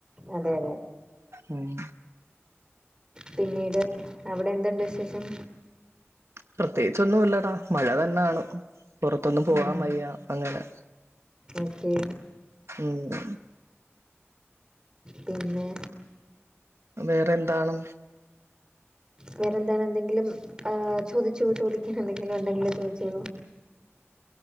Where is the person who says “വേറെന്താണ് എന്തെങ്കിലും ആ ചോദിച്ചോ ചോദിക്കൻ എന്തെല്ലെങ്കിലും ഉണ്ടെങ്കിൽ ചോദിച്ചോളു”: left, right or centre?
Right